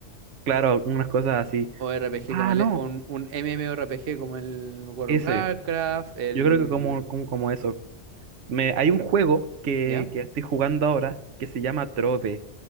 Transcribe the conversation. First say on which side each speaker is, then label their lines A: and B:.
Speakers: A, on the right; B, on the right.
A: claro, algunas cosas así.
B: O RPG
A: Ah,
B: como el,
A: no,
B: un, un MMORPG como el World
A: ese.
B: of Warcraft, el...
A: Yo creo que como, como, como eso. Me, hay un juego que,
B: ¿Ya?
A: que estoy jugando ahora que se llama Trove,